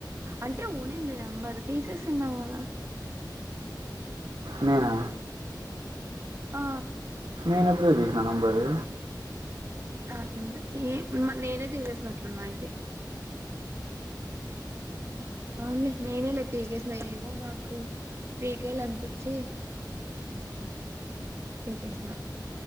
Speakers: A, on the right (about 35°); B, on the right (about 85°).
A: అంటే ఉండింది నెంబరు తీసేసాన్నావు గదా
B: నేనా
A: ఆ
B: నేనెప్పుడు దీసిన నంబరు
A: అవును తీ నేనే తీసేసినట్లున్నా అయితే అవున్లే నేనేలే పీకేస్న ఏవో మాకు పీకేయల్ అన్పిచ్చి పీకేస్న